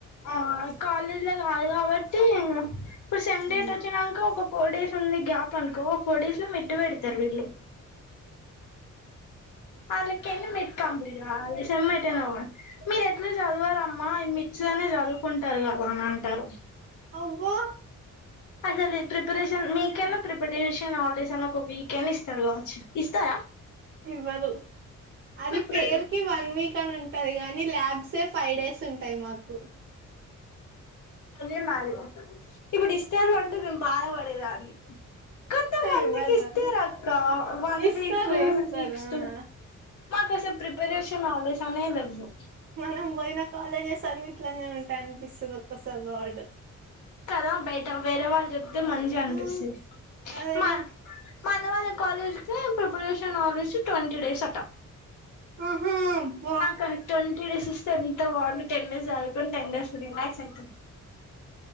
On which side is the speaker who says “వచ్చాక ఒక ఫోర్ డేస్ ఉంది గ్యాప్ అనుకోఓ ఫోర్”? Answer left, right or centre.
Left